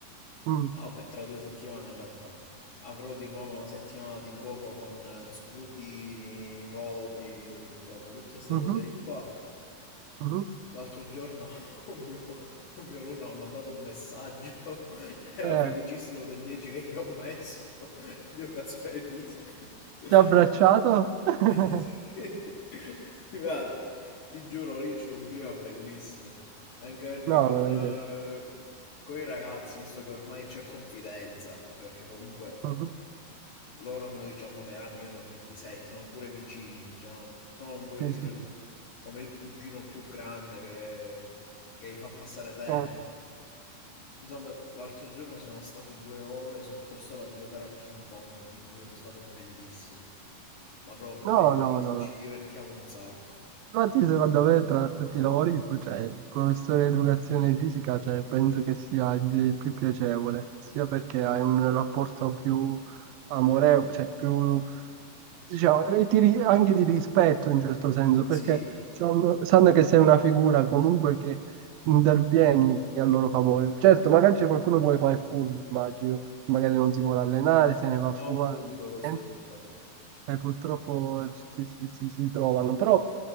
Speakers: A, on the right; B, on the left.
A: Mm.
B: vabbè, tra due settimane in realtà, avrò di nuovo una settimana di fuoco con eh, scrutini, voti, insomma, tutte queste
A: Mhm.
B: cose di qua.
A: Mhm.
B: L'altro giorno <laughs> un mio, un mio alunno ha mandato un messaggio, <laughs> era
A: Eh,
B: felicissimo del 10 che io ho messo, <laughs> di educazione fisica.
A: ti ha abbracciato?
B: <laughs>
A: <laughs>
B: <laughs> Guarda, ti giuro, lì c'è un clima bellissimo. Anche perché
A: No,
B: con,
A: me l'hai
B: eh,
A: detto.
B: con i ragazzi, visto che ormai c'è confidenza, anche perché comunque
A: Mhm.
B: loro hanno 19 anni, io ne ho 26, siamo pure vicini, diciamo. Sono un pochettino
A: Sì, sì,
B: il-
A: sì.
B: come il cugino più grande che, che gli fa passare tempo.
A: Eh,
B: Insomma, l'altro giorno siamo stati due ore sotto il sole a giocare a ping pong, ti giuro, è stato bellissimo. Ma proprio
A: No,
B: bellissimo,
A: no, no.
B: ci divertiamo un sacco.
A: Infatti, secondo me, tra tutti i lavori, pro- cioè, il professore di educazione fisica, cioè, penso che sia il, il più piacevole, sia perché hai un rapporto più amorevole, cioè più, diciamo, e ti ri- anche di rispetto in certo senso, perché
B: Sì,
A: sanno, sanno che sei una figura comunque che intervieni a loro favore. Certo, magari c'è qualcuno che vuole fare il furbo, immagino, magari non si vuole allenare, se ne va a
B: ma
A: fumare,
B: ovunque questo
A: niente,
B: di qua.
A: e purtroppo si si- si- si trovano, però...